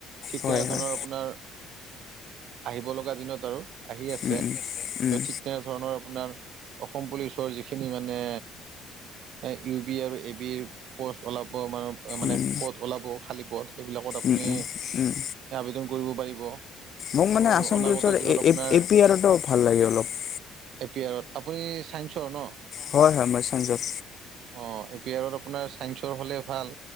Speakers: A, on the right (about 65°); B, on the left (about 55°).
A: ঠিক
B: হয়
A: তেনেধৰণৰ
B: হয়
A: আপোনাৰ আহিব লগা দিনত আৰু আহি আছে।
B: উম উম
A: চ' ঠিক তেনেধৰণৰ আপোনাৰ অসম পুলিচৰ যিখিনি মানে ইউ বি আৰু এ বিৰ পথ ওলাব মান-মানে
B: উম উম
A: পথ ওলাব খালী পথ। সেইবিলাকত আপুনি
B: উম উম উম।
A: আবেদন কৰিব পাৰিব।
B: মোক
A: ত'
B: মানে আসাম
A: অনাগত
B: পুলিচৰ
A: দিনত আপোনাৰ
B: এ পি আৰটো ভাল লাগে অলপ।
A: এ পি আৰত আপুনি ছাইন্সৰ ন'।
B: হয়, হয়, মই ছাইন্সৰ।
A: অহ, এ পি আৰত আপোনাৰ চাইন্সৰ হ'লে ভাল,